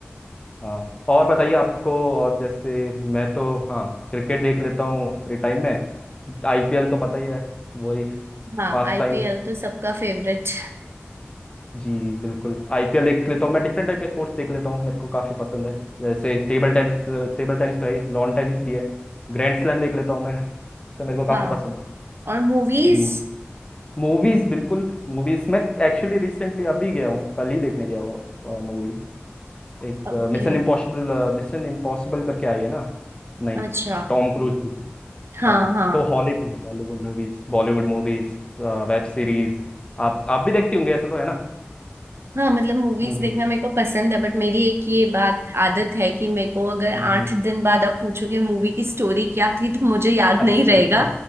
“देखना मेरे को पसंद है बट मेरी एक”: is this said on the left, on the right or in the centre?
Right